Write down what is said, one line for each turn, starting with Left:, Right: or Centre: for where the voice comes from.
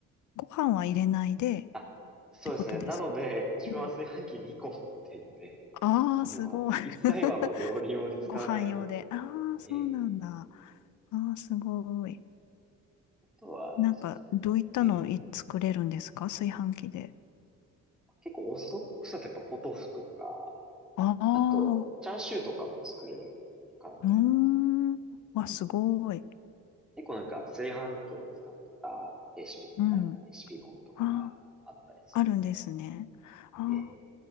Left: ご飯は入れないでっ
Centre: あ、そうですね。
Left: てことですかうん。
Centre: なので、自分は炊飯器2個持っていて、
Left: ああー、
Centre: その、
Left: すごい。<laughs>
Centre: 1台はもう料理用に使わないといけない。
Left: ご飯用で。ああ、そうなんだ。
Centre: ええ、
Left: ああ、すごい。
Centre: あとは、
Left: なんか、
Centre: そうですね。
Left: どういったのをい作れるんですか炊飯器で。
Centre: ええ、結構オーソドックスだとやっぱポトフとか、
Left: ああ、
Centre: あと、チャーシューとかも作れるかなと思います。
Left: うーん。わ、すごい。
Centre: 結構なんか炊飯器を使ったレシピみたいなレシピ本とかがあったりするの
Left: うん。ああ、あるんですね。ああ、
Centre: で、ええ、